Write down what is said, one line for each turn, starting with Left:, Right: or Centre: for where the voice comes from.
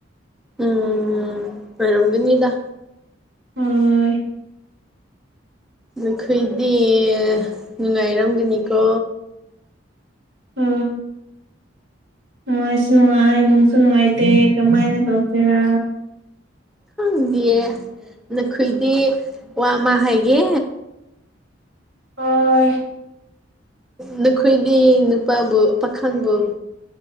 Centre: ꯎꯝ ꯑꯣꯏꯔꯝꯒꯅꯤꯗ
Right: ꯎ <inaudible>
Centre: ꯑꯩꯈꯣꯏꯗꯤ ꯅꯨꯡꯉꯥꯏꯔꯝꯒꯅꯤꯀꯣ
Right: ꯑꯣ ꯃꯅꯨꯡꯥꯏꯁꯨ ꯅꯅꯨꯡꯉꯥꯏꯅꯅꯨꯡ ꯅꯅꯨꯡꯉꯥꯏꯇꯦ ꯀꯃꯥꯏꯅ ꯇꯧꯁꯦꯔ
Centre: ꯈꯪꯗꯌꯦ ꯅꯈꯣꯏꯗꯤ ꯋꯥ ꯑꯃ ꯍꯥꯏꯒꯦ
Right: ꯑꯣ
Centre: ꯅꯈꯣꯏꯗꯤ ꯅꯨꯄꯥꯕꯨ ꯄꯥꯈꯪꯕꯨ